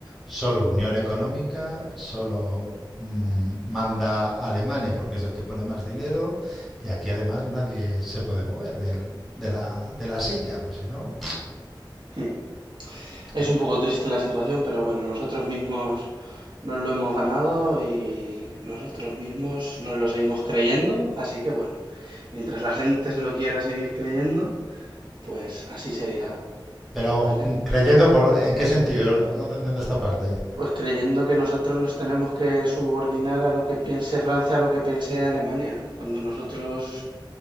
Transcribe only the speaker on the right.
<laughs> Es
un poco triste la situación, pero bueno, nosotros mismos nos lo hemos ganado y nosotros mismos nos lo seguimos creyendo, así que bueno, mientras la gente se lo quiera seguir creyendo, pues así seguirá
España.
Pues creyendo que nosotros nos tenemos que subordinar a lo que piense Francia, a lo que piense Alemania, cuando nosotros,